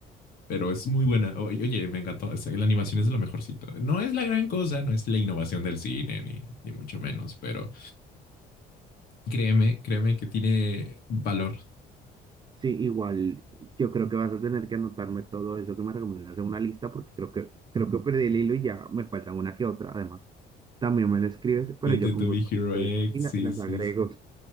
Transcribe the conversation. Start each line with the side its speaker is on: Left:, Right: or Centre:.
Left: Pero es muy buena. O- y Oye, me encantó. O sea, la animación es de lo mejorcito. No es la gran cosa, no es la innovación del cine, ni, ni mucho menos. Pero créeme, créeme que tiene valor.
Right: Sí, igual yo creo que vas a tener que anotarme todo eso que me recomiendas en una lista porque creo que creo que perdí el hilo y ya me faltan una que otra. Además, también me la escribes, pero
Left: Vete
Right: yo con
Left: To
Right: gusto
Left: Be Hero
Right: las
Left: X.
Right: reviso y la-
Left: Sí,
Right: las
Left: sí,
Right: agrego.
Left: sí.